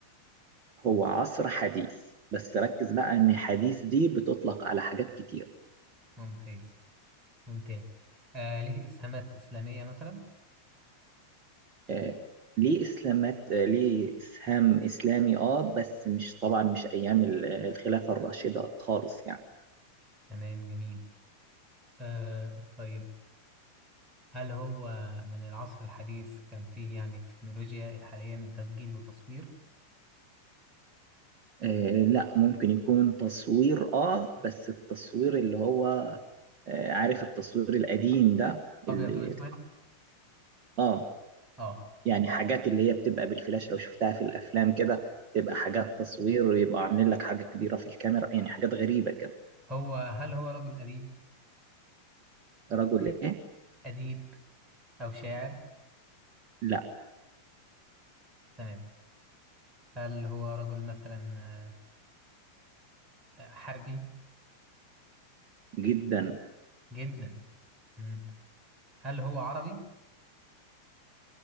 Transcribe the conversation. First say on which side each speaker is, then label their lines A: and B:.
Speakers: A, on the right; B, on the right.
A: هو عصر حديث بس ركز بقى إن حديث دي بتطلق على حاجات كتير
B: ممتاز ممتاز آه ليه إسهامات إسلامية مثلا
A: آه، ليه اسلامات آه، ليه اسهام اسلامي اه بس مش طبعا مش ايام ال- الخلافه الراشده خالص يعني
B: تمام جميل آه طيب هل هو من العصر الحديث كان فيه يعني التكنولوجيا الحالية من تسجيل وتصوير
A: آه لا ممكن يكون تصوير اه بس التصوير اللي هو آه عارف التصوير القديم ده
B: أبيض
A: اللي
B: وأسود
A: اه
B: آه
A: يعني حاجات اللي هي بتبقى بالفلاش لو شفتها في الافلام كده تبقى حاجات تصوير ويبقى عاملين لك حاجه كبيره في الكاميرا يعني حاجات غريبه كده
B: هو هل هو رجل أديب
A: رجل ايه
B: أديب أو شاعر
A: لا
B: تمام هل هو رجل مثلا آه، آه، حربي
A: جدا
B: جدا مم. هل هو عربي